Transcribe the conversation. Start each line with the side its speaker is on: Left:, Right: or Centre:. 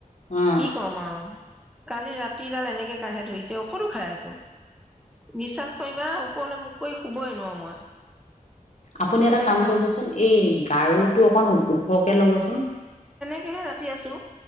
Left: অ
Centre: কি কম আৰু কালি ৰাতিডাল এনেকে কাঢ়ে ধৰিছে ঔষধ ও খাই আছো বিশ্বাস কৰিবা ওপৰলৈ মোৰ কৰি শুবই নোৱাৰো মই।
Left: আপুনি এটা
Centre: তেনেকুৱা
Left: কাম কৰিবচোন এই গাৰুটো
Centre: কোৱাচোন
Left: অকন ওখকে ল'বচোন
Centre: সেহে ৰাতি আছো